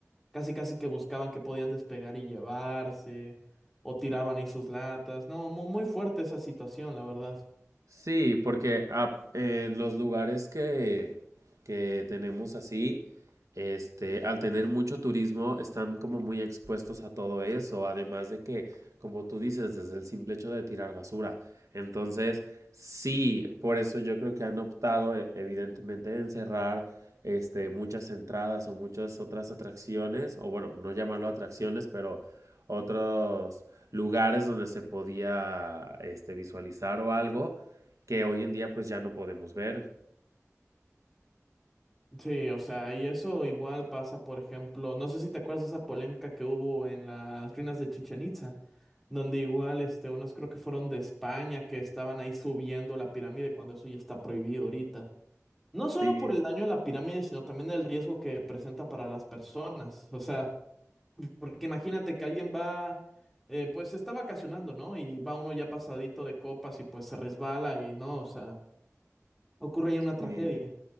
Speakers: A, in the centre; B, on the right.
A: Casi, casi que buscaban que podían despegar y llevarse, o tiraban ahí sus latas. No, muy, muy fuerte esa situación, la verdad.
B: Sí, porque ah, eh, los lugares que, que tenemos así, este, al tener mucho turismo, están como muy expuestos a todo eso, además de que, como tú dices, desde el simple hecho de tirar basura. Entonces, sí, por eso yo creo que han optado, e- evidentemente, en cerrar, este, muchas entradas o muchas otras atracciones, o bueno, no llamarlo atracciones, pero otros lugares donde se podía, este, visualizar o algo que hoy en día pues ya no podemos ver.
A: Sí, o sea, y eso igual pasa, por ejemplo, no sé si te acuerdas de esa polémica que hubo en las ruinas de Chichen Itza, donde igual, este, unos creo que fueron de España que estaban ahí subiendo la pirámide cuando eso ya está prohibido ahorita. No solo
B: Sí,
A: por el daño a la pirámide, sino también el riesgo que presenta para las personas. O sea, porque imagínate que alguien va, eh, pues está vacacionando, ¿no? Y va uno ya pasadito de copas y pues se resbala y no, o sea, ocurre ya una tragedia.
B: sí.